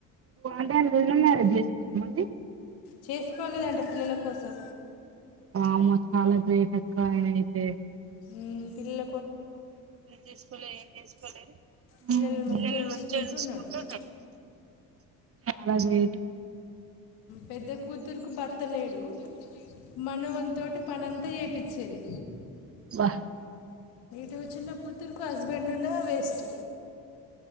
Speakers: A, on the right; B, on the left.
A: అంటే రెండో మ్యారేజ్ చేసుకోవలే మళ్ళీ
B: చేసుకోలేదండి పిల్లల కోసం
A: వామ్మే చాలా గ్రేట్ అక్క ఆయన అయితే
B: ఉమ్ పిల్ల
A: చేసుకోలే ఏం చేసుకోలే
B: పిల్లల్ని
A: పిల్ల
B: చూసుకుంటున్నాడు
A: మంచిగా ఎంచుకుంటూ అళ చేయదు
B: పెద్ద కూతురుకు బర్తలేడు మనవనితోటి పనంతా చేపచ్చేది
A: బా
B: ను చిన్న కూతురుకు హస్బెండ్ ఉన్న వేస్ట్